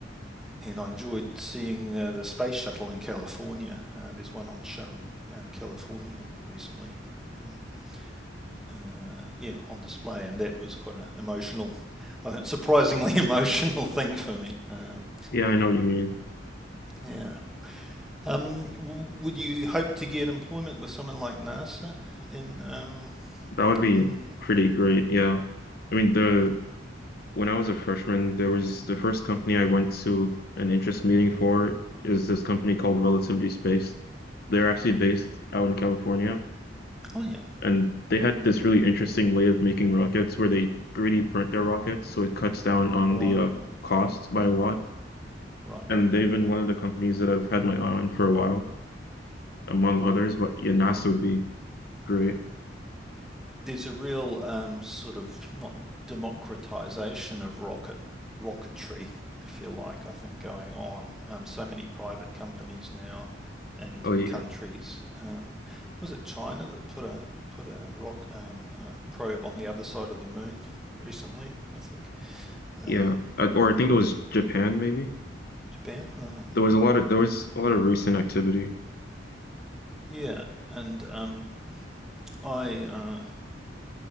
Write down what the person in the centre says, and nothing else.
and I enjoyed seeing uh, the space shuttle in California. Uh, there's one on show in uh, California recently. Um, uh, yeah, on display, and that was quite an emotional, <laughs> uh, surprisingly emotional thing for me. Um
yeah. Um, w- would you hope to get employment with someone like NASA in um,
in?
Oh yeah.
Wow.
Right.
there's a real um, sort of not democratization of rocket rocketry, if you like, I think going on. Um, so many private companies now and
countries. Um, was it China that put a put a rock um, a probe on the other side of the moon recently? I think um,
Japan. <laughs> Uh-huh.
Yeah, and um, I uh,